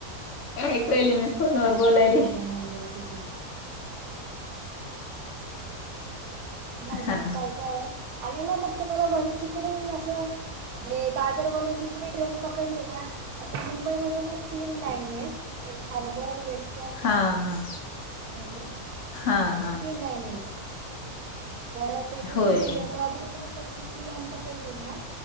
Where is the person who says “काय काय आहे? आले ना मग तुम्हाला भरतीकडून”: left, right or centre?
Right